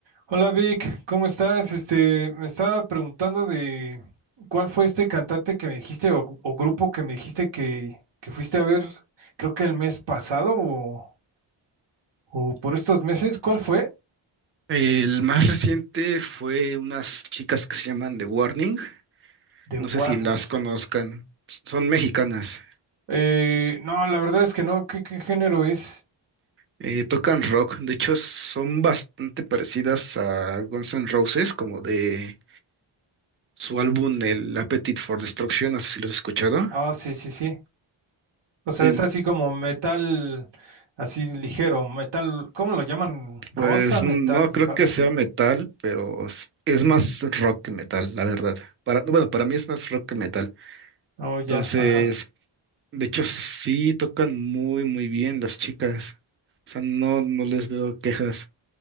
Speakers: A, on the right; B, on the right.
A: Hola Vic, ¿cómo estás? Este, me estaba preguntando de cuál fue este cantante que me dijiste o, o grupo que me dijiste que, que fuiste a ver, creo que el mes pasado o, o por estos meses, ¿cuál fue?
B: El más reciente fue unas chicas que se llaman The Warning.
A: The
B: No
A: Warning.
B: sé si las conozcan. Son mexicanas.
A: Eh, no, la verdad es que no, ¿qué, qué género es?
B: eh, tocan rock. De hecho, son bastante parecidas a Guns N' Roses, como de su álbum El Appetite for Destruction. No sé si los has escuchado.
A: Ah, sí, sí, sí. O sea,
B: En-
A: es así como metal, así ligero, metal, ¿cómo lo llaman? Rosa
B: pues
A: metal,
B: no creo
A: algo
B: que sea
A: así.
B: metal, pero es es más rock que metal, la verdad. Para, bueno, para mí es más rock que metal.
A: Oh, ya,
B: Entonces.
A: ajá.
B: De hecho, sí tocan muy, muy bien las chicas. O sea, no, no les veo quejas.